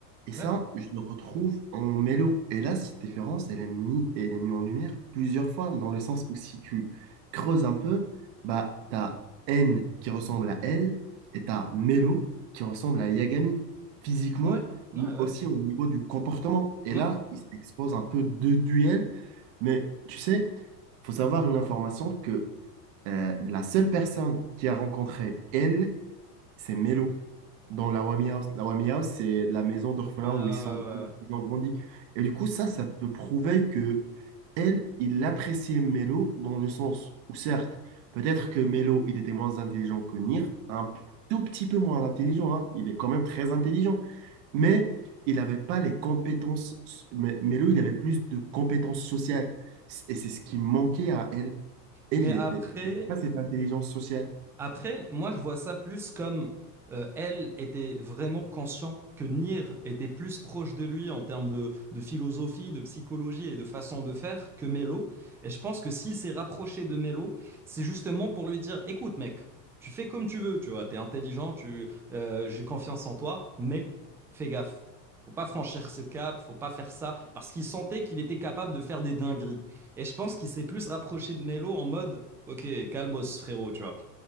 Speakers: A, on the right (about 45°); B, in the centre.
A: Et ça,
B: Ouais.
A: je le retrouve en Mélo. Et là, cette différence, elle est mise, elle est mise en lumière plusieurs fois, dans le sens où si tu creuses un peu, bah, t'as N qui ressemble à L et t'as Mélo qui ressemble à Yagami, physiquement,
B: Ouais, ouais,
A: mais
B: ouais, ouais,
A: aussi au niveau du comportement. Et
B: ouais,
A: là, il s'expose un peu deux duels, mais tu sais, faut savoir une information que euh, la seule personne qui a rencontré L c'est Mello, dans la Wami House. La Wami House, c'est de la maison d'orphelins
B: ouais, ouais, ouais,
A: où ils sont,
B: ouais,
A: ils ont grandi.
B: je
A: Et du
B: pense.
A: coup, ça, ça peut prouver que elle, il appréciait Melo dans le sens où, certes, peut-être que Melo, il était moins intelligent que Nir, un p- tout petit peu moins intelligent, hein. Il est quand même très intelligent, mais il n'avait pas les compétences. Mais Melo, il avait plus de compétences sociales. Et c'est ce qui manquait à elle. Elle,
B: Mais
A: il
B: après,
A: était pas cette intelligence sociale.
B: Après, moi, je vois ça plus comme euh, elle était vraiment conscient que Nier était plus proche de lui en termes de, de philosophie, de psychologie et de façon de faire que Melo. Et je pense que s'il s'est rapproché de Melo, c'est justement pour lui dire, écoute, mec, tu fais comme tu veux, tu vois, t'es intelligent, tu, euh, j'ai confiance en toi, mais fais gaffe. Faut pas franchir ce cap, faut pas faire ça, parce qu'il sentait qu'il était capable de faire des dingueries. Et je pense qu'il s'est plus rapproché de Melo en mode, ok, calmos, frérot, tu vois.